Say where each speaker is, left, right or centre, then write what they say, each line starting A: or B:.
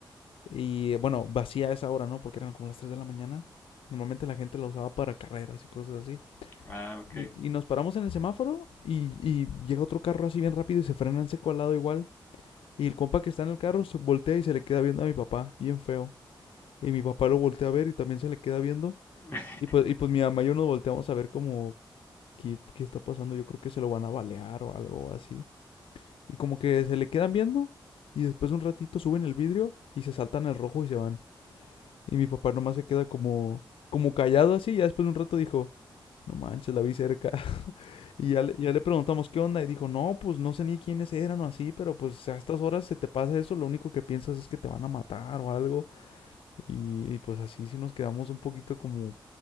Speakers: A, on the left; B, on the left.
A: Y bueno, vacía a esa hora, ¿no? Porque eran como las 3 de la mañana. Normalmente la gente la usaba para carreras y cosas así.
B: Ah, ok.
A: Y, y nos paramos en el semáforo y, y llega otro carro así bien rápido y se frena en seco al lado igual. Y el compa que está en el carro se voltea y se le queda viendo a mi papá, bien feo. Y mi papá lo voltea a ver y también se le queda viendo.
B: <laughs>
A: Y pues, y pues mi mamá y yo nos volteamos a ver como qué, qué está pasando. Yo creo que se lo van a balear o algo así. Y como que se le quedan viendo y después un ratito suben el vidrio y se saltan el rojo y se van. Y mi papá nomás se queda como, como callado así. Y ya después de un rato dijo, no manches, la vi cerca. Y ya le, ya le preguntamos qué onda y dijo, no, pues no sé ni quiénes eran o así, pero pues a estas horas se te pasa eso, lo único que piensas es que te van a matar o algo. Y, y, pues así sí nos quedamos un poquito como,